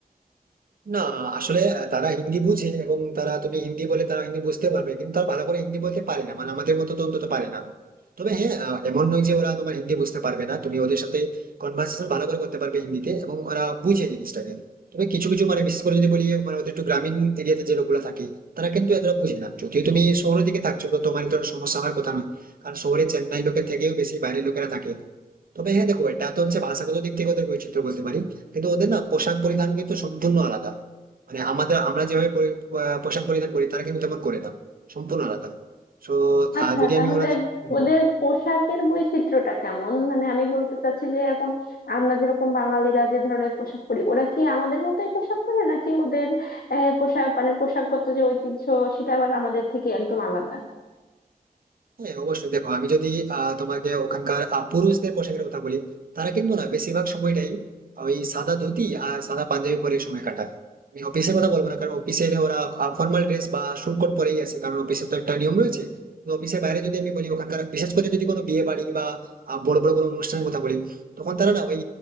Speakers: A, on the right (about 65°); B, on the left (about 75°).
A: না আসলে তারা হিন্দি বুঝে এবং তারা তুমি হিন্দি বলে তারা হিন্দি বুঝতে পারবে কিন্তু তারা ভালো করে হিন্দি বলতে পারে না মানে আমাদের মতো তো অন্তত পারে না তবে হ্যাঁ আহ, এমন নয় যে ওরা তোমার হিন্দি বুঝতে পারবে না তুমি ওদের সাথে কনভার্সেশন ভালো করে করতে পারবে হিন্দিতে এবং ওরা বুঝে জিনিসটাকে তবে কিছু কিছু মানে বিশেষ করে যদি বলি মানে ওদের একটু গ্রামীণ এরিয়াতে যে লোকগুলো থাকে তারা কিন্তু এতটা বুঝে না যদিও তুমি শহরের দিকে থাকছো তো তোমার তো সমস্যা হওয়ার কথা নয় কারণ শহরে চেন্নাই লোকের থেকেও বেশি বাইরের লোকেরা থাকে তবে হ্যাঁ দেখো এটা তো হচ্ছে ভাষাগত দিক থেকে ওদের বৈচিত্র্য বলতে পারি কিন্তু ওদের না পোশাক পরিধান কিন্তু সম্পূর্ণ আলাদা মানে আমাদের আমরা যেভাবে পরি- আহ, পোশাক পরিধান করি তারা কিন্তু তেমন করে না সম্পূর্ণ আলাদা তো
B: আচ্ছা
A: যদি
B: তাহলে
A: আমি ওনাদের হম,
B: ওদের পোশাকের বৈচিত্র্যটা কেমন মানে আমি বলতে চাচ্ছি যে এরকম আমরা যেরকম বাঙালিরা যে ধরনের পোশাক পরি ওরা কি আমাদের মতোই পোশাক পরে নাকি ওদের আহ, পোশাক মানে পোশাকগত যে ঐতিহ্য সেটা আবার আমাদের থেকে একদম আলাদা
A: হ্যাঁ অবশ্যই দেখো আমি যদি আহ, তোমাকে ওখানকার আহ, পুরুষদের পোশাকের কথা বলি তারা কিন্তু না বেশিরভাগ সময়টাই ওই সাদা ধুতি আর সাদা পাঞ্জাবি পরে সময় কাটায় আমি অফিসের কথা বলবো না কারণ অফিসে ওরা ফর্মাল ড্রেস বা স্যুট কোট পরেই আসে কারণ অফিসে তো একটা নিয়ম রয়েছে তো অফিসের বাইরে যদি আমি বলি ওখানকার বিশেষ করে যদি কোনো বিয়ে বাড়ি বা আহ, বড় বড় কোনো অনুষ্ঠানের কথা বলি তখন তারা না ওই